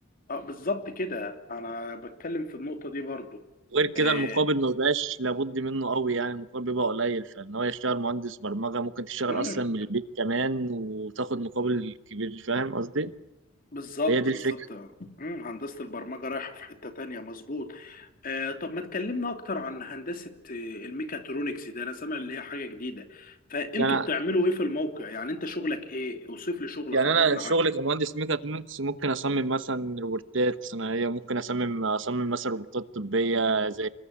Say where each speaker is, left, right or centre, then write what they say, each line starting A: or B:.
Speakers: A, on the left; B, on the right.
A: اه بالظبط كده انا بتكلم في النقطه دي برضو
B: غير كده
A: آه،
B: المقابل ما بقاش لابد منه قوي يعني المقابل بيبقى قليل فان هو يشتغل مهندس برمجة ممكن تشتغل
A: امم
B: اصلا من البيت كمان وتاخد مقابل كبير فاهم قصدي
A: بالظبط
B: هي دي
A: بالظبط
B: الفكرة
A: امم هندسه البرمجه رايحه في حته تانية مظبوط آه، طب ما تكلمنا اكتر عن هندسة آه، الميكاترونكس ده انا سامع اللي هي حاجة جديدة فانتوا
B: يعني
A: بتعملوا ايه في الموقع يعني انت شغلك ايه اوصف لي شغلك
B: يعني
A: عرفنا
B: انا شغلي
A: عن
B: كمهندس ميكاترونكس ممكن اصمم مثلا روبوتات صناعيه ممكن اصمم اصمم مثلا روبوتات طبيه زي